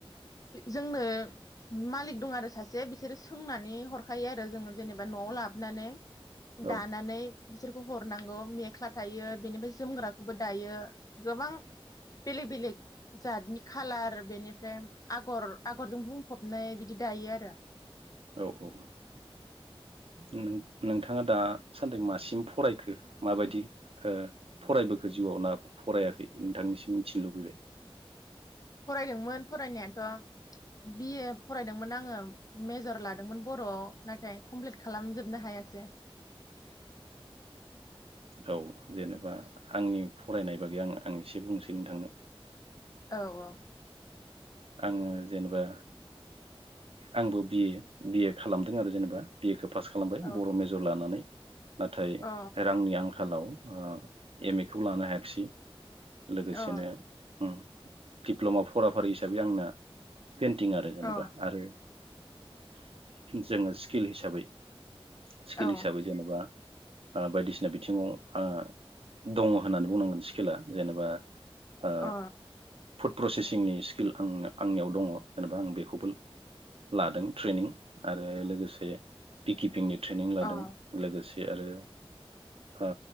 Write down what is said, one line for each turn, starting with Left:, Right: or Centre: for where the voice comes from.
Left: जोंनो मालिक दं आरो सासे बिसोरो सोंनानै हर थाखायो आरो जोङो जेनेबा न'आव लाबोनानै। दानानै।
Right: औ
Left: बिसोरखौ हरनांगौ मेख्ला थायो बेनिफ्राय जोमग्राखौबो दायो। गोबां बेलेग बेलेग जातनि खालार बेनिफ्राय आगर आगरजों बुंफबनाय बिदि दायो आरो।
Right: औ औ नों नोंथाङा दासान्दि मासिम फरायखो माबायदि फरायबोखो जिउआव ना फरायाखै नोंथांनिसिम मिथिनो लुबैबाय?
Left: फरायदोंमोन फरायनायाथ'। बिए फरायदोंमोन आङो मेजर लादोंमोन बर'आव नाथाय कमप्लिट खालामजोबनो हायासै।
Right: औ जेनेबा आंनि फरायनाय बागै आं आं एसे बुंनोसै नोथांनो।
Left: औ औ।
Right: आङो जेनेबा आंबो बिए बिए खालामदों आरो जेनेबा। बि ए खौ पास खालामबाय
Left: औ
Right: बर' मेजर लानानै। नाथाय
Left: औ
Right: रांनि आंखाल आंखालाव एम ए खौ लानो हायाखिसै। लोगोसेनो
Left: औ
Right: ओम। दिप्ल'मा फराफारि हिसाबै आंना। पेइन्टिं आरो जेनेबा
Left: औ
Right: आरो जोङो स्किल हिसाबै। स्किल
Left: औ
Right: हिसाबै जेनेबा। ओ बायदिसिना बिथिङाव ओ दङ' होननानै बुंनांगोन स्किला जेनेबा। ओ
Left: अ
Right: फुड प्रसेसिंनि स्किल आं आंनियाव दङ जेनेबा आं बेखौबो लादों ट्रेनिं आरो लोगोसे बिकिपिंनि ट्रेनिं लादों
Left: औ
Right: लोगोसे आरो ओ